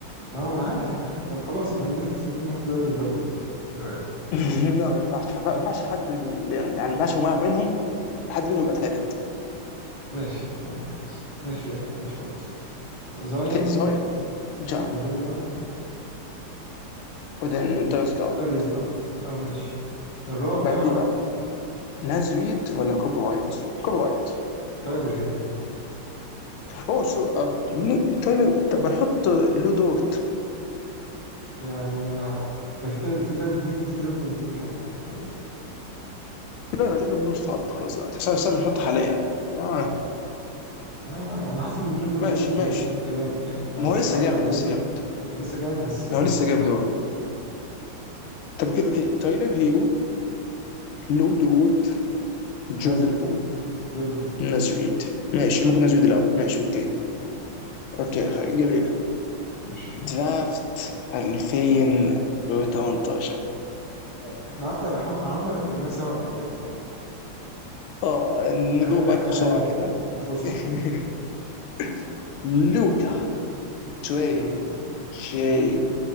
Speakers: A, on the left; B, on the left.
A: ما هو انا عارف انا عارف طب خلاص يبقى نفكس الاثنين وحط داريوس جارلاند ايه رايك
B: <laughs> لا ما ينفعش ما ينفعش حد يعني ما ينفعش منهم حد منهم يبقى ثالث
A: ماشي عندك حق الصراحة. ماشي ماشي خلاص زاين
B: اوكي جا
A: وجيم مورانت
B: وبعدين داريس جال
A: داريوس جارلاند اه ماشي الرابع
B: بعديه بقى ناز ريد ولا كوبي وايت كوبي وايت
A: تايلر هيرو
B: اوه سو آه، تايلر طب احط لو دورت
A: يعني انا كان في تايلر في تايلر هيرو وفي جوردن بول كمان يعني
B: لا لا جدا مش هتحط خلاص دلوقتي سام سام نحط حاليا آه.
A: ما انا حاسس ان جوردن
B: ماشي
A: بول جامد
B: ماشي
A: لسه جامد يعني ما
B: ما
A: بشوف
B: هو لسه
A: اتفرج
B: جامد
A: على الويزرد
B: لسه جامد
A: ولسه جامد بس هو
B: ما هو لسه
A: بيلعب
B: جامد
A: لوحده.
B: هو طب اوكي اوكي تايلر هيرو لو دورت جوردن
A: نازل ايد
B: بول
A: جوردن بول
B: ناز ريد ماشي ممكن ناز ريد الاول ماشي اوكي
A: ماشي اه
B: اوكي خ- جميلة
A: ماشي
B: درافت 2018
A: آه، احنا قعدت قعدنا رتبناه سوا قبل كده صح؟
B: اه نجو
A: واتخانقنا
B: باك
A: خناقة
B: <laughs> بسرعة
A: حلوة في
B: كده
A: ال... في الفورس سبوت
B: <laughs> <applause> لوكا تري
A: تري
B: شي
A: شي